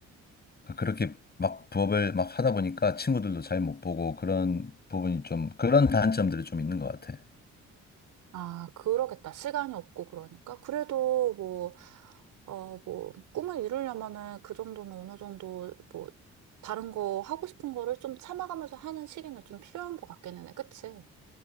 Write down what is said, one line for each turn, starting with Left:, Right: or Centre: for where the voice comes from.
Left: 그렇게 막 부업을 막 하다 보니까 친구들도 잘 못 보고 그런 부분이 좀 그런 단점들이 좀 있는 것 같아.
Right: 아, 그러겠다. 시간이 없고 그러니까. 그래도 뭐, 어, 뭐, 꿈을 이루려면은 그 정도는 어느 정도 뭐, 다른 거 하고 싶은 거를 좀 참아가면서 하는 시기는 좀 필요한 것 같기는 해. 그치?